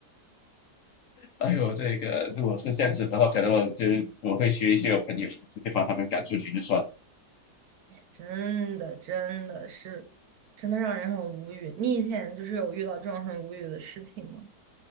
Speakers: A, on the left; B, on the right.
A: 哎呦，这个如果是这样子的话，可能我就我会学一些我朋友，直接把他们赶出去就算了。
B: 真的真的是，真的让人很无语。你以前就是有遇到这种很无语的事情吗？